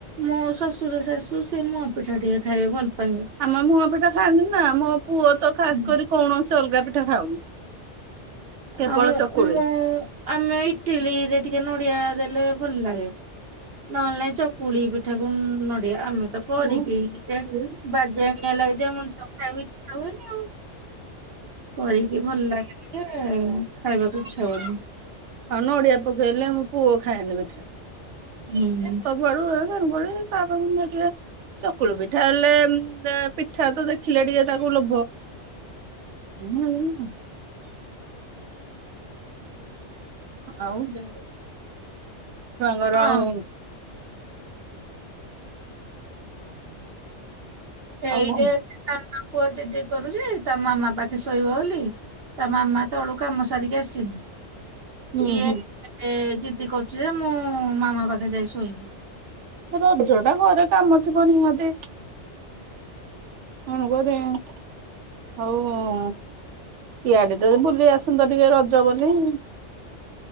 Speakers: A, on the right; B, on the right.
A: ମୋ ଶ୍ୱଶୁର ଶାଶୁ ସେ ମୋ ପିଠା ଟିକେ ଖାଇବେ ଭଲ ପାଇବେ।
B: ଆମ ମୁହଁ ପିଠା ଖାଆନ୍ତି ନା ମୋ ପୁଅ ତ ଖାସ
A: ହୁଁ।
B: କରି କୌଣସି ଅଲଗା ପିଠା ଖାଉନି। କେବଳ
A: ଆଉ
B: ଚକୁଳି।
A: ମୁଁ ଆମେ ଇଟିଲୀ ରେ ଟିକେ ନଡିଆ ଦେଲେ ଭଲ ଲାଗେ। ନହେଲେ ନାଇଁ ଚକୁଳି ପିଠା କ ନଡିଆ ଆମେ ତ କରିକି
B: ଉୁଁ
A: ଯେ
B: ହୁଁ
A: ବାଜେଣିଆ ଲାଗୁଚି ମଣିଷ ଖାଇବାକୁ ଇଚ୍ଛା ହୁଏନି ଆଉ। କରିକି ଭଲ ଲାଗେ ଯେ ଖାଇବାକୁ ଇଛା ହୁଏନି।
B: ଆଉ ନଡିଆ ପକେଇଲେ ଆମ ପୁଅ ଖାଏନି ପିଠା
A: ହୁଁ।
B: ସବୁଆଡୁ <unintelligible> କା ପାଖରୁ ନେ ଟିକେ ଚକୁଳ ପିଠା ହେଲେ ଦେ ପିଠା ତ ଦେଖିଲେ ଟିକେ ତାକୁ ଲୋଭ <unintelligible> ଆଉ
A: ଯୋଉ
B: ଛୁଆଙ୍କର
A: ହଁ
B: ଆଉ
A: ଏଇଠେ
B: ଆଉ କଣ
A: ତା ପୁଅ ଯିଦି କରୁଛି ତା ମାମା ପାଖେ ଶୋଇବ ବୋଲି। ତା ମାମା ତଳୁ କାମ ସାରିକି ଆସିନିମ।
B: ହୁଁ
A: ଇଏ
B: ହୁଁ।
A: ଯିଦି କରୁଛି ଯେ ମୁଁ ମାମା ପାଖେ ଯାଇ ଶୋଇବି।
B: ରଜଟା ଘରେ କାମ ଥିବ ନିହାତି। ନଣ ଗଦେ <inaudible> ହଉ ହଉ ଇଆଡେ ଟିକେ ବୁଲି ଆସନ୍ତ ଟିକେ ରଜ ବୋଲି।